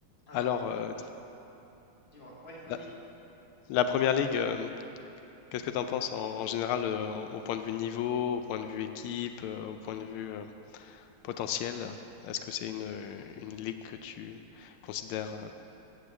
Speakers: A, on the left; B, on the left.
A: Alors,
B: Alors, euh,
A: dis-moi, ouais, vas-y.
B: la, la première ligue, euh, qu'est-ce que tu en penses en, en général euh, au point de vue niveau, au point de vue équipe, euh, au point de vue euh, potentiel? Est-ce que c'est une, euh, une ligue que tu considères